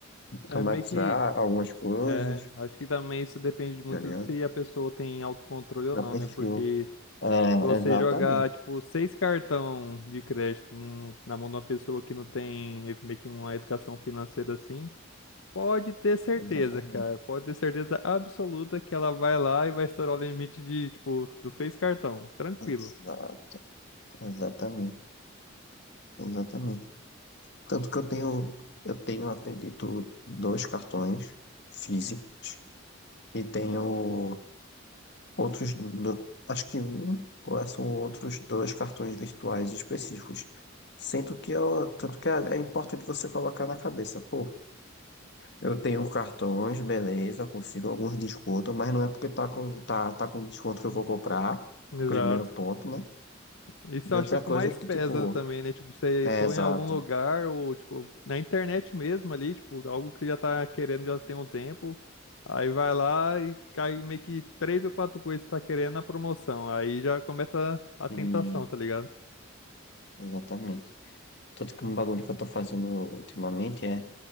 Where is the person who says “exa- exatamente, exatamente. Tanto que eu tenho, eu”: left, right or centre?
Left